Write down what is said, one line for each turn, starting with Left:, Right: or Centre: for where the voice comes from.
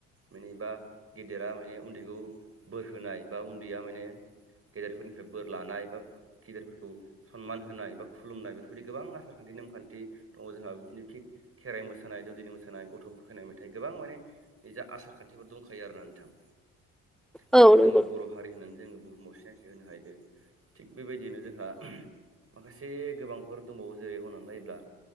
Right: माने बा गेदेरा माने उन्दैखौ बोर होनाय बा उन्दैया माने गेदेरफोरनिफ्राय बोर लानाय बा गेदेरफोरखौ सनमान होनाय बा खुलुमनाय बेफोरबायदि गोबां आसारखान्थि नेमखान्थि दङ जोंहा बिदिनो थिग खेराइ मोसानाय दौदिनि मोसानाय गथ' बुरखायनाय मेथाइ गोबां माने निजा आसार खान्थिफोर दंखायो आरोना नोंथां
Centre: औ
Right: जायखौ
Centre: नंगौ
Right: जोङो
Centre: नोंथां
Right: बर' हारि होननानै जोङो बुहुमाव सिनायथि होनो हायो थिग बेबायदिनो जोंहा माखासे गोबांफोर दंबावो जेरै हनानै नायोब्ला